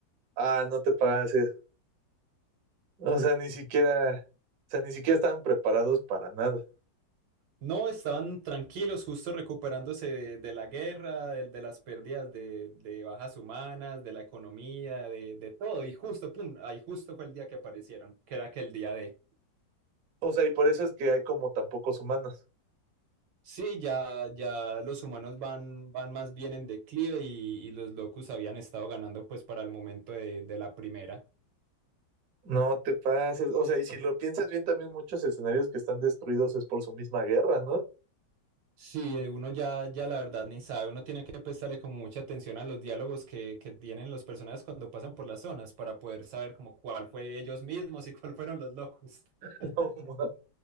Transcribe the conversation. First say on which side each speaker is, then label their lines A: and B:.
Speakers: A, on the right; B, on the right.
A: Ah, no te pases. O sea, ni siquiera, o sea, ni siquiera están preparados para nada.
B: No, estaban tranquilos, justo recuperándose de, de la guerra, de, de las pérdidas de, de bajas humanas, de la economía, de, de todo. Y justo, pum, ahí justo fue el día que aparecieron, que era aquel día de...
A: O sea, y por eso es que hay como tan pocos humanos.
B: Sí, ya, ya los humanos van, van más bien en declive y, y los locus habían estado ganando pues para el momento de, de la primera.
A: No te pases. O sea, y si lo piensas bien, también muchos escenarios que están destruidos es por su misma guerra, ¿no?
B: Sí, eh, uno ya, ya la verdad ni sabe, uno tiene que prestarle como mucha atención a los diálogos que, que tienen los personajes cuando pasan por las zonas para poder saber como cuál fue ellos mismos y cuál fueron los locos. <laughs>
A: <laughs> No, ma-